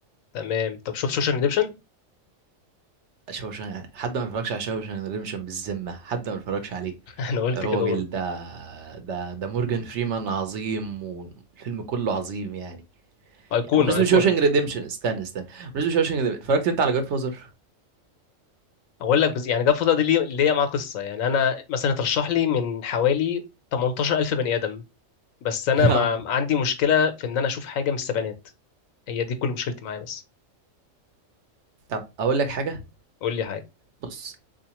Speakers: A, on the left; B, on the right.
A: تمام طب شوف سوشيال ريديمشن
B: شوشان حد ما اتفرجش على شوشان ريدمشن بالذمة حد ما اتفرجش عليه
A: <laughs> انا قلت
B: يا راجل
A: كده برضه
B: ده ده ده مورجان فريمان عظيم والفيلم كله عظيم يعني,
A: ايقونه
B: يعني بالنسبة
A: ايقونه
B: لشوشان ريدمشن استنى استنى بالنسبة لشوشان ريدمشن اتفرجت انت على جاد فازر
A: اقول لك بز... يعني جاب الفتره دي ليه ليا معاه قصه يعني انا مثلا اترشح لي من حوالي 18000 بني ادم بس انا
B: <laughs>
A: ما عندي مشكله في ان انا اشوف حاجه من السبعينات هي دي كل مشكلتي معايا بس
B: طب اقول لك حاجة
A: قول لي حاجه
B: بص